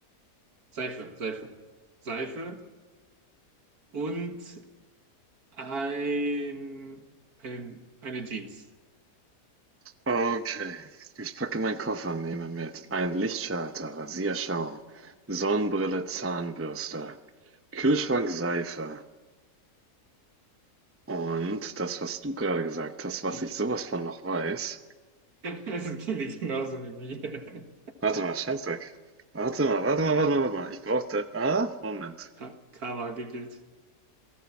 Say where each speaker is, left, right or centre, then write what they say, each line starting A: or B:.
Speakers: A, on the right; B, on the right.
A: Seife, Seife. Seife und ein, ein, eine Jeans.
B: Okay. Ich packe meinen Koffer und nehme mit einen Lichtschalter, Rasierschaum, Sonnenbrille, Zahnbürste, Kühlschrankseife. Und das, was du gerade gesagt hast,
A: <laughs>
B: was ich sowas von noch weiß
A: Es klingt genauso wie mir.
B: warte mal, Scheißdreck. Warte mal, warte mal, warte mal, warte mal. Ich brauchte. Ah, Moment.
A: Ka- Karma giggelt.